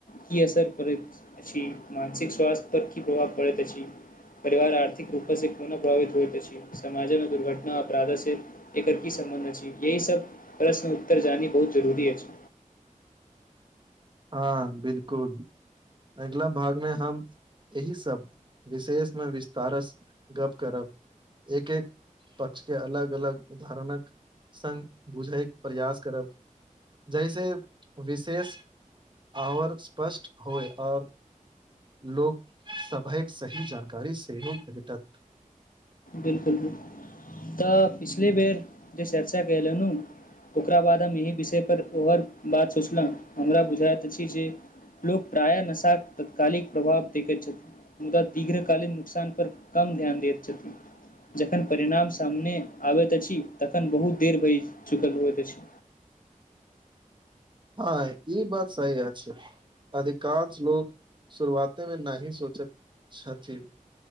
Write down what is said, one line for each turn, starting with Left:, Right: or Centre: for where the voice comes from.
Left: की असर करैत अछि मानसिक स्वास्थ्य पर की प्रभाव पड़ैत अछि। परिवार आर्थिक रूप से कोना प्रभावित होइत अछि समाजमे दुर्घटना अपराधसे एकर की सम्बन्ध अछि यही सब प्रश्न उत्तर जानी बहुत जरुरी अछि।
Right: हँ बिल्कुल अगिला भागमे हम एहि सब विशेष मे विस्तारस गप्प करब एक एक पक्ष के अलग अलग उदाहरणक संघ बुझैके प्रयास करब जहिसे विशेष आओर स्पष्ट होय आओर लोक सभैक सही जानकारी सेहो भेटत
Left: बिल्कुल बिल्कुल तऽ पिछले बेर जे चर्चा कइले नू ओकरा बाद हम एहि विषय पर ओर बात सोचल हमरा बुझाइत अछि जे लोक प्रायः नशाक तत्कालिक प्रभाव देखैत छथि मुदा दीर्घकालीन नुकसान पर कम ध्यान दैत छथि जखन परिणाम सामने आबैत अछि तखन बहुत देर भइ चुकल होइत अछि।
Right: हँ ई बात सही अछि अधिकांश लोक शुरुआते मे नाहि सोचैत छथि।